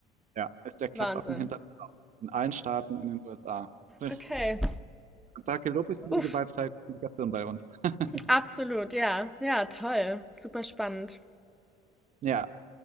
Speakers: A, on the right; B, in the centre.
A: Ja, ist der Klapsaffen
B: Wahnsinn.
A: hinter in allen Staaten in den USA. Ich,
B: Okay.
A: da gelobe ich mir
B: Uff,
A: die gewaltfreie Kommunikation bei uns. <laughs>
B: absolut, ja. Ja, toll. Super spannend.
A: Ja,